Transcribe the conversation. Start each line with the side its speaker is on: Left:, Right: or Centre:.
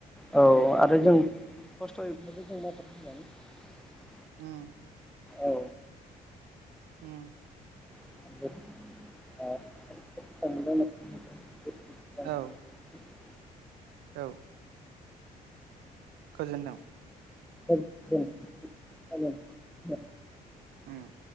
Centre: औ आरो जों खस्थ'यै <unintelligible>
Right: उम
Centre: औ।
Right: उम
Centre: <inaudible> <inaudible>
Right: औ औ। गोजोन्दों
Centre: <unintelligible>
Right: उम